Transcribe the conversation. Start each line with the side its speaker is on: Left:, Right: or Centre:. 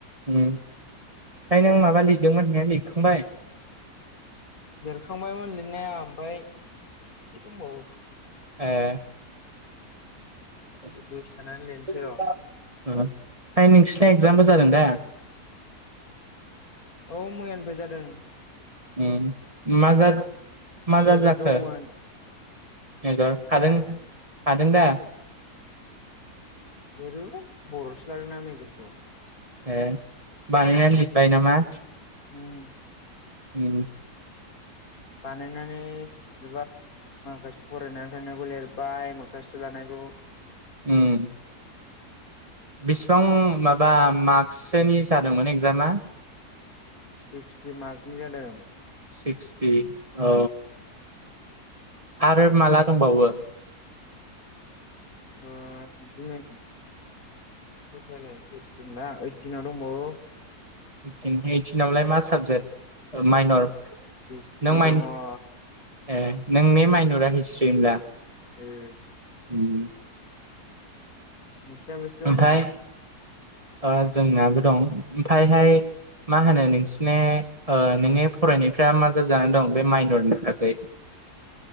Right: उम आमफाय नों माबा लिरदोंमोन होन्नाया लिरखांबाय?
Left: लेरखांबायमोन लिरनाया आमफाय एसे दंबावो‌
Right: ए‌। <unintelligible> ओम
Left: दसे थानानै लिरनोसै र'
Right: आमफाय नोंसिनि एक्जामबो जादों दा?
Left: औ मैयानिफ्राय जादों ओं ।
Right: ओम मा जाद मा जा-जाखो
Left: मेजर दंमोन
Right: मेजर हादों हादोंदा?
Left: लेरोलै बर'सो लादोंना मेजरखौ ।
Right: ए बानायनानै लिरबाय नामा?
Left: उम ।
Right: उम ।
Left: बानायनानै लिरबाय माखासे फरायनानै थांनायखौ लिरबाय मोखासथ' लानायखौ ।
Right: उम । बेसिबां माबा मार्कससोनि जादोंमोन एगजामा?
Left: सिक्सटि मार्कनि जादों ।
Right: सिक्सटि औ आरो माला दंबावो?
Left: ओ दिनै खै टारिक सिक्सटिन बा? ओइटिनाव दंबावो ।
Right: ओइटिन ओइटिनावलाय मा साबजेक्ट? ओ माइनर
Left: हिस्ट्रि
Right: नों माइन
Left: दङ ओ
Right: ए नोंनि माइन'रा हिस्ट्रि होनब्ला?
Left: ओ ।
Right: उम ।
Left: नोंस्राबोसो दं
Right: ओमफ्राय
Left: ना?
Right: ओ जोंनाबो दं ओमफायहाय मा होनो नोंसिने ओ नोंने फरायनायफ्रा मा जा-जानानै दं बे माइनरनि थाखै?